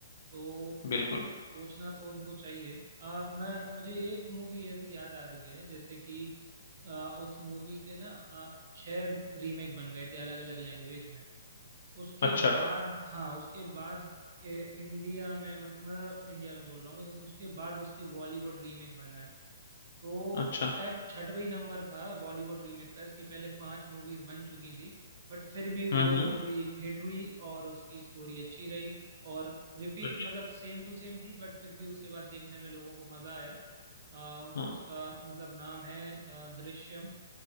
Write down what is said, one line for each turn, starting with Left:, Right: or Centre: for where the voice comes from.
Right: तो
Left: बिल्कुल
Right: सोचना तो उनको चाहिए आ, मैं मुझे एक मूवी ऐसी याद आ रही है जैसे कि आ, उस मूवी के ना आ, छह रीमेक बन गए थे अलग अलग लैंग्वेज में उसके
Left: अच्छा
Right: बाद हाँ उसके बाद ए, इंडिया में मत- मतलब इंडिया में बोल रहा हूँ उसके बाद उसके बॉलीवुड रीमेक बना है तो
Left: अच्छा
Right: शायद छठवही नंबर था बॉलीवुड रीमेक का इसके पहले पांच मूवीज बन चुकी थी बट फिर भी वो
Left: हम्म हम्म
Right: मूवी हिट हुई और उसकी स्टोरी अच्छी रही और रिपीट
Left: अच्छा
Right: मतलब सेम टू सेम थी बट फिर भी उसके बाद देखने में लोगों को मजा आया आ,
Left: हाँ,
Right: उसका मतलब नाम है आ, दृश्यम